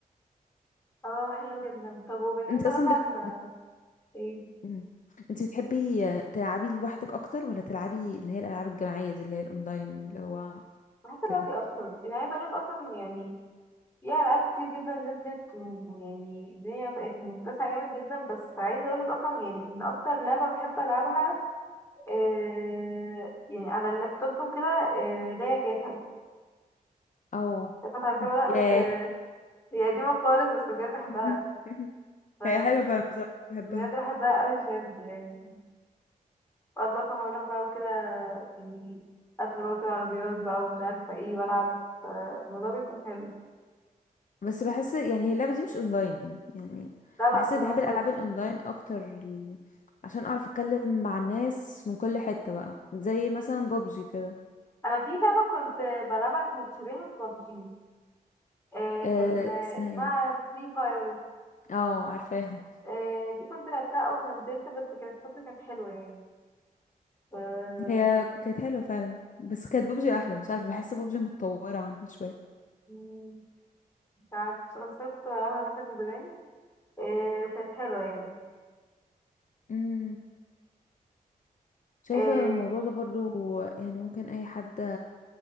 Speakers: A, on the left; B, on the left.
A: اه حلوه جدا طب وبالنسبه
B: انت اصلا
A: مثلا
B: بت... بت...
A: ايه
B: مم. انت بتحبي تلعبي لوحدك اكتر ولا تلعبي اللي هي الالعاب الجماعية دي اللي هي الاونلاين اللي هو
A: بحس دلوقتي
B: كده
A: اكتر يعني عايزه اقولك اصلا يعني في العاب كتير جدا نزلت و- ويعني الدنيا بقت متسعه جامد جدا بس عايزه اقولك اصلا يعني ان اكتر لعبه بحب العبها آه يعني على اللابتوب وكده آه اللي هي جاتا
B: او
A: جاتا عارفاها ولا لا
B: ياه
A: بس آه هي قديمه خالص بس بجد بحبها
B: <laughs>
A: ف
B: هي حلوة فعلا بصراحة كنت بحبها
A: بجد بحبها قوي بجد يعني وقعد بقى فاهمة اروح بقى وكده يعني قافلة بقى في العربيات بقى ومش عارفة ايه والعب فالموضوع بيكون حلو
B: بس بحس يعني هي اللعبة دي مش اونلاين يعني
A: لا لا
B: بحس
A: مش
B: بحب
A: اونلاين
B: الالعاب
A: خالص
B: الاونلاين اكتر ل- عشان اعرف اتكلم مع الناس من كل حتة بقى زي مثلا بابجي كده
A: انا في لعبة كنت بلعبها كانت شبيهة ببجي آه
B: أه
A: كان آه،
B: اسمها
A: اسمها
B: ايه
A: فري فاير
B: اه عارفاها
A: آه دي كنت لعبتها اول ما نزلت بس كانت فترة كانت حلوة يعني ف
B: <laughs> هي كانت حلوة فعلا بس كانت بابجي احلى مش عارفة بحس بابجي متطورة عنها شوية
A: مم، مش عارفة بصراحة بس انا كنت بلعبها مثلا من زمان آه وكانت حلوة يعني
B: امم شايفة
A: آه
B: الموضوع ده برضو يعني ممكن اي حد